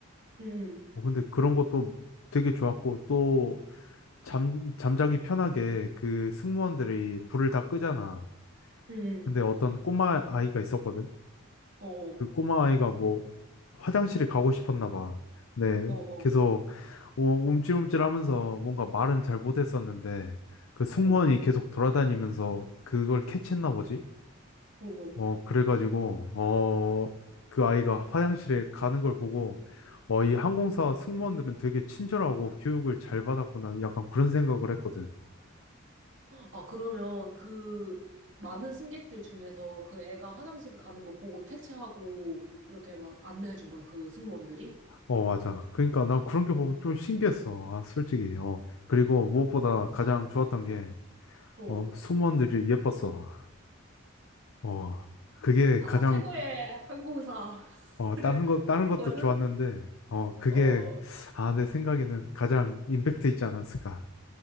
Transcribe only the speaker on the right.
응,
응, 응,
어어,
어어,
어,
어어.
아, 그러면 그 많은 승객들 중에서 그 애가 화장실 가는 거 보고 캐치하고 이렇게 막 안내해 준 거야, 그 승무원들이?
어.
아,
최고의 항공사를
<laughs>
뽑는
것은?
어,